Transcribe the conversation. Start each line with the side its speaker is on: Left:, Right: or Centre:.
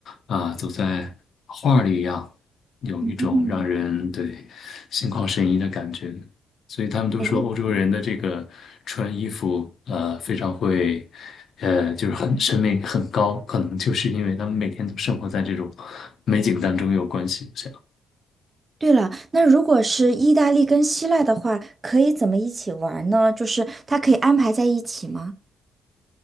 Left: 啊、呃走在画里一样，有一种让人对心旷神怡的感觉。
Right: 嗯，
Left: 所以他们都说欧洲人的这个穿衣服，
Right: 哎，
Left: 呃，非常会，呃，就是很审美很高，可能就是因为他们每天都生活在这种美景当中有关系。这样
Right: 对了，那如果是意大利跟希腊的话，可以怎么一起玩呢？就是它可以安排在一起吗？